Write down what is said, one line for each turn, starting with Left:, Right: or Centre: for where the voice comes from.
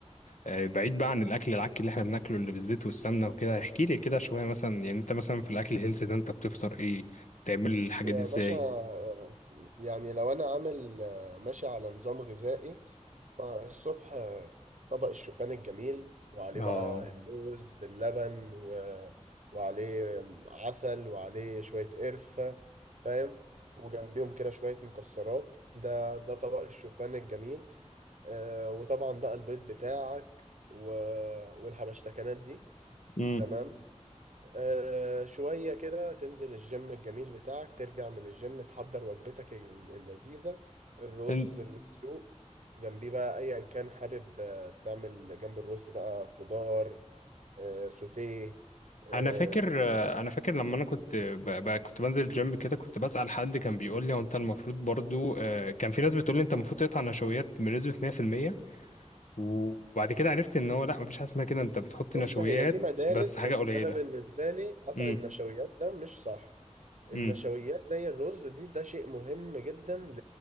Left: آه، بعيد بقى عن الاكل العك اللي احنا بناكله اللي بالزيت والسمنه وكده احكي لي كده شويه مثلا يعني انت مثلا في الاكل الهيلثي ده انت بتفطر ايه بتعمل الحاجه
Right: يا
Left: دي ازاي
Right: باشا آه، يعني لو انا عامل آه، ماشي على نظام غذائي فالصبح آه، طبق الشوفان الجميل وعليه
Left: اه
Right: بقى الموز باللبن و... وعليه عسل وعليه شوية قرفة فاهم وجنبيهم كده شوية مكسرات ده ده طبق الشوفان الجميل آه، وطبعا بقى البيض بتاعك و... والحبشتكنات دي
Left: امم
Right: تمام آه شوية كده تنزل الجيم الجميل بتاعك ترجع من الجيم تحضر وجبتك ال- اللذيذة الرز
Left: إن-
Right: المسلوق جنبيه بقى أيا كان حابب آه، تعمل جنب الرز بقى خضار آه سوتيه آه
Left: انا فاكر آه، انا فاكر لما انا كنت ب... ب... كنت بنزل الجيم كده كنت بسأل حد كان بيقول لي هو انت المفروض برضو آه، كان في ناس بتقول لي انت المفروض تقطع نشويات بنسبه 100% وبعد كده عرفت ان هو لا مفيش حاجه اسمها كده انت بتحط
Right: بص
Left: نشويات
Right: هي دي مدارس
Left: بس حاجه
Right: بس
Left: قليله
Right: أنا بالنسبة لي قطع
Left: امم
Right: النشويات ده مش صح النشويات
Left: امم
Right: زي الرز دي ده شيء مهم جدا ل...